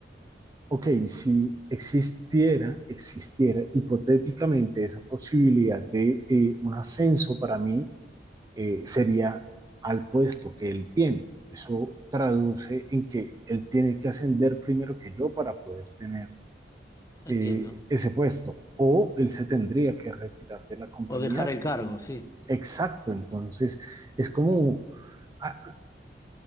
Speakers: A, on the right; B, on the left.
A: Ok, si existiera, existiera hipotéticamente esa posibilidad de eh, un ascenso para mí, eh, sería al puesto que él tiene. Eso traduce en que él tiene que ascender primero que yo para poder tener
B: entiendo.
A: eh, ese puesto. O él se tendría que retirar de la compañía.
B: O dejar el cargo, sí.
A: Exacto, entonces es como, ah,